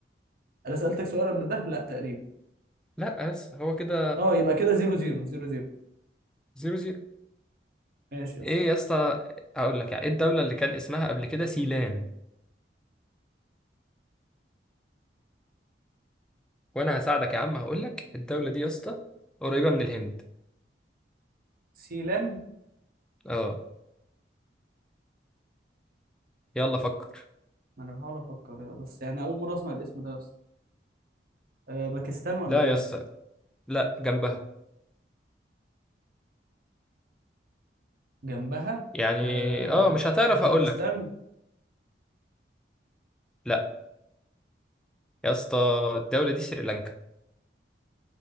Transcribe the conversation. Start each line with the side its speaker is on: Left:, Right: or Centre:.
Right: انا سألتك سؤال قبل ده لا تقريبا
Centre: لا بس هو كده
Right: اه يبقى كده زيرو زيرو زيرو زيرو
Centre: زيرو زيرو
Right: ماشي يا اسطى
Centre: ايه يا اسطى هقول لك يعني ايه الدولة اللي كان اسمها قبل كده سيلان وانا هساعدك يا عم هقول لك الدولة دي يا اسطى قريبة
Right: مم.
Centre: من الهند
Right: سيلان
Centre: اه يلا فكر
Right: ما انا بحاول افكر بس يعني اول مره اسمع الاسم ده بس أه باكستان ولا
Centre: لا
Right: ايه
Centre: يا
Right: دي
Centre: اسطى لا جنبها
Right: جنبها
Centre: يعني
Right: أه
Centre: اه مش هتعرف
Right: افغانستان
Centre: هقول لك لا يا اسطى الدولة دي سريلانكا